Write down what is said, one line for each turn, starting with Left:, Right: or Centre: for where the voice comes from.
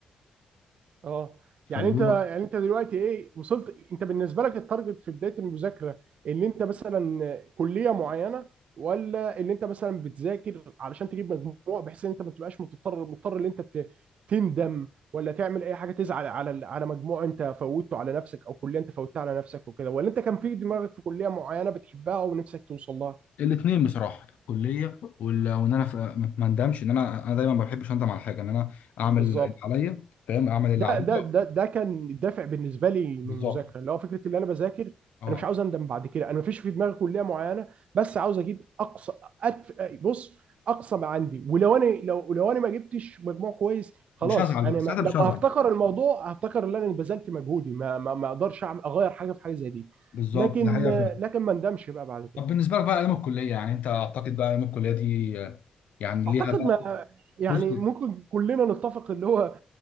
Right: اه
Left: فاللي
Right: يعني انت
Left: هو
Right: يعني انت دلوقتي ايه وصلت انت بالنسبه لك التارجت في بدايه المذاكره ان انت مثلا كليه معينه ولا ان انت مثلا بتذاكر علشان تجيب مجموع بحيث ان انت ما تبقاش مضطر مضطر ان انت ت- تندم ولا تعمل اي حاجه تزعل على ال- على مجموع انت فوتته على نفسك او كليه انت فوتتها على نفسك وكده ولا انت كان في دماغك في كليه معينه بتحبها ونفسك توصل لها
Left: الاثنين بصراحه الكليه وال- وان انا ف- ما ما اندمش ان انا انا دايما ما بحبش اندم على حاجه ان انا اعمل
Right: بالظبط
Left: اللي عليا فاهم اعمل اللي
Right: ده
Left: عليا
Right: ده ده ده كان الدافع بالنسبه لي من
Left: بالظبط
Right: المذاكره اللي هو فكره اللي انا بذاكر
Left: اه
Right: انا مش عاوز اندم بعد كده انا مفيش في دماغي كليه معينه بس عاوز اجيب اقصى أتف... بص اقصى ما عندي ولو انا لو لو انا ما جبتش مجموع كويس خلاص
Left: مش هزعل
Right: انا
Left: بقى ساعتها
Right: ما...
Left: مش
Right: لما
Left: هزعل
Right: هفتكر الموضوع هفتكر ان انا بذلت مجهودي ما ما ما اقدرش أعمل... اغير حاجه في حاجه زي دي
Left: بالظبط
Right: لكن
Left: ده حقيقه فعلا
Right: لكن ما اندمش بقى بعد كده
Left: طب بالنسبه لك بقى ايام الكليه يعني انت اعتقد بقى ايام الكليه دي آه، يعني
Right: اعتقد
Left: ليها بقى
Right: ما يعني
Left: بص
Right: ممكن كلنا نتفق اللي هو